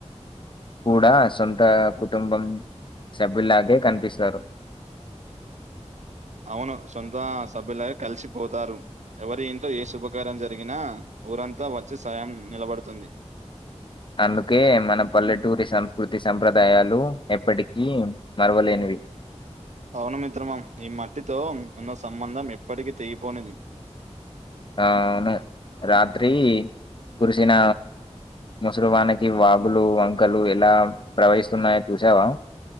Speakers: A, on the left (about 45°); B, on the right (about 80°).
A: కూడా సొంత కుటుంబం సభ్యులాగే కనిపిస్తారు
B: అవును సొంత సభ్యులాగే కలిసిపోతారు ఎవరి ఇంట్లో ఏ శుభకార్యం జరిగినా ఊరంతా వచ్చి సాయం నిలబడుతుంది
A: అందుకే మన పల్లెటూరి సంస్కృతి సంప్రదాయాలు ఎప్పటికీ మరవలేనివి
B: అవును మిత్రమా ఈ మట్టితో ఉన్న సంబంధం ఎప్పటికి తెగిపోనిది
A: ఆవును రాత్రి కురిసిన ముసలివానకి వాగులు వంకలు ఎలా ప్రవహిస్తున్నాయో చూసావా